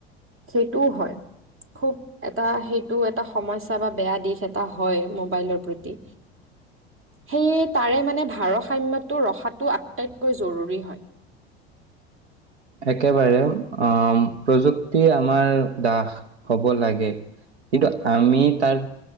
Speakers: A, on the right (about 40°); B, on the right (about 85°).
A: সেইটোও হয়। খুব এটা সেইটো এটা সমস্যা বা বেয়া দিশ এটা হয় মোবাইলৰ প্ৰতি। সেয়ে তাৰে মানে ভাৰসাম্যটো ৰখাটো আটাইতকৈ জৰুৰী হয়। <inaudible>
B: একেবাৰে অ, প্ৰযুক্তি আমাৰ দাস হব লাগে। কিন্তু আমি তাৰ